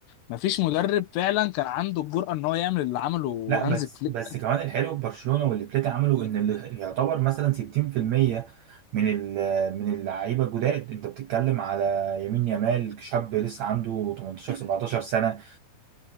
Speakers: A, on the left (about 90°); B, on the right (about 80°).
A: ما فيش مدرب فعلا كان عنده الجرأه ان هو يعمل اللي عمله
B: لا بس
A: هانز فليك
B: بس كمان الحلو في برشلونه واللي فليك عمله ان اللي يعتبر مثلا 60% من ال- من اللعيبه الجداد انت بتتكلم على يمين يامال شاب لسه عنده 18 17 سنه